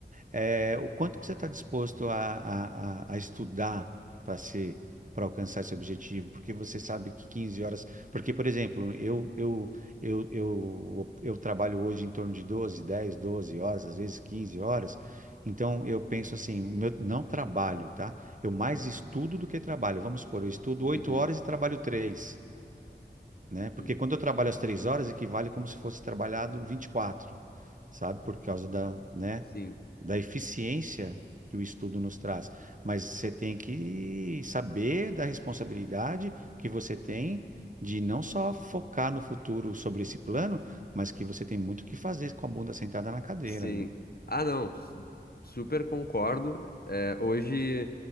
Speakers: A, on the right; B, on the left.
A: É, o quanto você está disposto a, a, a, a estudar para ser, para alcançar esse objetivo? Porque você sabe que 15 horas. Porque, por exemplo, eu, eu, eu, eu, eu trabalho hoje em torno de 12 10 12 horas, às vezes 15 horas. Então, eu penso assim, meu- não trabalho, tá? Eu mais
B: uhum,
A: estudo do que trabalho. Vamos supor, eu estudo oito
B: uhum,
A: horas e trabalho três né?
B: uhum,
A: Porque quando eu trabalho as 3 horas, equivale como se fosse trabalhado vinte e quatro sabe? Por causa da, né?
B: sim.
A: da eficiência que o estudo nos traz, mas você tem que saber da responsabilidade que você tem de não só focar no futuro sobre esse plano, mas que você tem muito o que fazer com a bunda sentada na cadeira,
B: Sim.
A: né?
B: Ah, não. su- Super concordo. É, hoje,